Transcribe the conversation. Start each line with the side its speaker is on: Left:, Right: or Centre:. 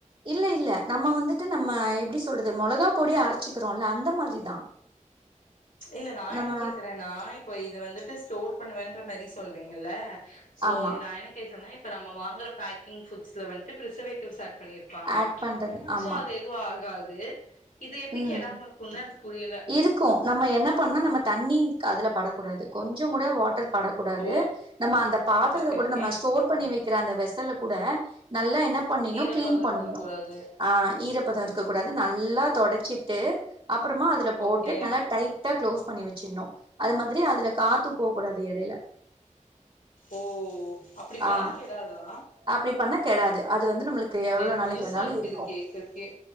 Right: இல்ல இல்ல நம்ம வந்துட்டு நம்ம எப்படி சொல்றது மொளகா பொடிய அரைச்சுிக்கிறோ இல்ல அந்த மாதிரிதா
Left: இல்ல நான்
Right: நம்ம
Left: என்ன கேக்குறேன்னா இப்ப இது வந்துட்டு ஸ்டோர் பண்ணுவேன்ற மாரி சொல்றீங்கல்ல சோ
Right: ஆமா
Left: நான் என்ன கேக்கறேன்ன இப்ப நம்ம வாங்குற பேக்கிங் புட்ஸ்ல வந்துட்டு பிரிசர்வேட்டிவ் சக் பண்ணிருப்பாங்க
Right: ஆட் பண்றது ஆமா
Left: சோ அது எதுவு ஆகாது இது எப்டி
Right: ம்
Left: கெடாம இருக்குன்னு எனக்கு புரியல
Right: இருக்கும் நம்ம என்ன பண்ணா நம்ம தண்ணி அதுல படக்கூடாது கொஞ்சம் கூட வாட்டர் படக்கூடாது
Left: ஓ
Right: நம்ம அந்த பாத்திரத்த
Left: ஓகே
Right: கூட
Left: ஓகே
Right: நம்ம ஸ்டோர் பண்ணி வைக்க அந்த வெசல்ல கூட நல்லா என்ன பண்ணிணும்
Left: ஈரப்பதோ
Right: கிளீன் பண்ணிணும்
Left: இருக்க கூடாது
Right: ஆ ஈரப்பதம் இருக்கக்க கூடாது நல்லா தொடச்சிட்டு அப்புறமா அதுல போட்டு
Left: ஓகே
Right: நல்லா டைட்டா க்ளோஸ் பண்ணி வச்சிந்னோம் அது மாதிரி அதுல காத்து போ கூடாது எடையில
Left: ஓ அப்படி பண்ணா
Right: ஆ
Left: கெடாதா
Right: அப்டி பண்ணா கெடாது அது வந்து நம்மளுக்கு எவ்ளோ
Left: என்
Right: நாளைக்கு
Left: புதுசு
Right: வேணாலு
Left: சா இருக்குது
Right: இருக்கு
Left: கேக்கு இருக்குே